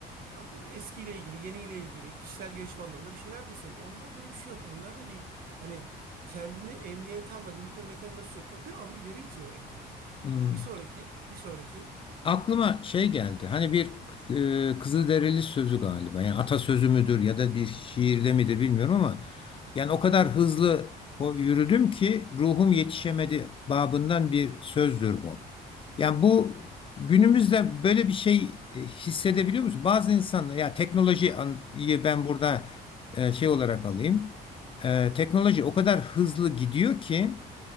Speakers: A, on the right (about 60°); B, on the left (about 30°).
A: At- Eskiyle ilgili, yeniyle ilgili, kişisel gelişim anlamında bir şeyler de söyleyeyim. Onlarda öyle bir şey yok. Onlarda bir hani kendini emniyete alma, limitleme mekanizması yok. O devamlı ileri itiyor ekranı.
B: Hı
A: Bir sonraki, bir sonraki.
B: Aklıma şey geldi. Hani bir e, Kızılderili sözü galiba. Yani atasözü müdür ya da bir şiirde midir bilmiyorum ama yani o kadar hızlı ko- yürüdüm ki ruhum yetişemedi babından bir sözdür bu. Yani bu günümüzde böyle bir şey e, hissedebiliyor musun? Bazı insanlar ya teknolojiyi ben burada e, şey olarak alayım. E, teknoloji o kadar hızlı gidiyor ki